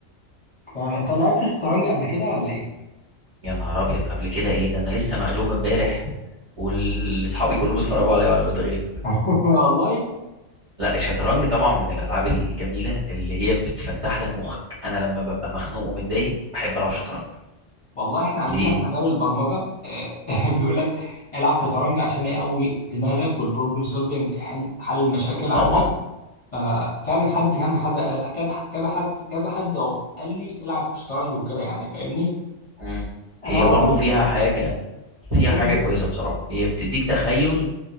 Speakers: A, on the left (about 30°); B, on the right (about 30°).
A: فاهم أنت لعبت شطرنج قبل كده ولا إيه؟
B: يا نهار ابيض قبل كده ايه ده انا لسه مغلوب امبارح واصحابي كلهم اتفرجوا عليا وانا بتغلب
A: <laughs> والله
B: لا الشطرنج طبعا من الالعاب الجميله اللي هي بتفتح لك مخك انا لما ببقى مخنوق ومتضايق بحب العب شطرنج
A: والله احنا عندنا
B: ليه
A: في مجال البرمجه آه، <laughs> بيقول لك العب شطرنج عشان يقوي دماغك والبروبلم سولفنج حل حل المشاكل عندك
B: طبعا
A: ففعلا حد كم حد قال كذا كذا حد كذا حد أهو قال لي العب شطرنج وكده يعني فاهمني
B: مم.
A: انا
B: هي
A: عمر
B: برضو
A: اصلا
B: فيها حاجه فيها
A: ايه
B: حاجه
A: هي
B: كويسه بصراحه هي بتديك تخيل